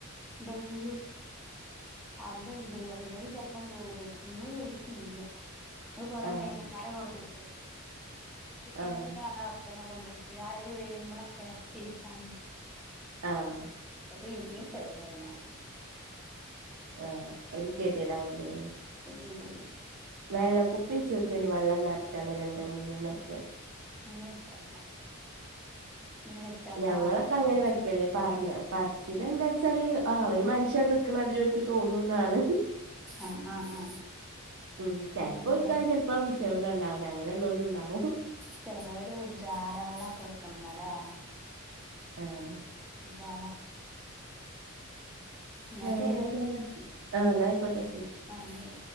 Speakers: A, in the centre; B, on the right.
A: ബെഞ്ച് അത്ണ്ട് അയ്മലുംചെൽപ്പം കേറും ന്ന്കേറിട്ടില്ല. അഹ്കൊറെ
B: ആഹ്
A: ഡൈനിങ്ഹാളിൽ കൊട്ന്നിട്ട് ഇന്ന്പിന്നിം
B: ആഹ്
A: ഞാനവുട് തന്നെ കൊണ്ടോയ്ട്ട് ആരെങ്കിലും വെരുമ്പളൊക്കെ ഇരിക്കാന്
B: ആഹ്
A: പിന്നിംകേറന്നെ
B: ഏഹ് ഒര്ഗെതിയെടാവുംലെ
A: കെതികേട്
B: വെള്ളകുപ്പിവെച്ചോക്ക് അയിന്റെ വള്ളംനർച്ചാണ്ട് രണ്ടോമൂന്നെണ്ണംഒക്കെ
A: അങ്ങേയറ്റം ആഹ് ഇന്ന് വെച്ചാല്
B: ഞങ്ങളൊക്കെ
A: നാളെ
B: അങ്ങനെ
A: തൊടച്ചിട്ട്
B: വെക്കല് പറഞ്ഞ് പറച്ചില്എന്താച്ചാല് ആഹ് ഒര് മനുഷ്യൻ നിക്ക്ണാതിരി ഒര് നിക്ക് തോന്നുന്നാണ്
A: ആഹ് ആഹ് ആഹ്
B: ഉം ചെൽപ്പോ
A: ഇഞ്ഞ്
B: <unintelligible>
A: ലോൾ
B: ഇപ്പവിഷയൊന്നുണ്ടാല്ല അങ്ങനെയുള്ളൊലും ഇണ്ടാവും
A: ചേലോല് ഉജാലവെള്ളോകെക്ക്ണല്ലേ
B: ഏഹ്
A: ഉജാല എന്നാ
B: വേറെന്തന്ന
A: ശരി
B: ആഹ് എന്നാ ആയ്ക്കോട്ടെശെരി
A: ആഹ്ശെരി.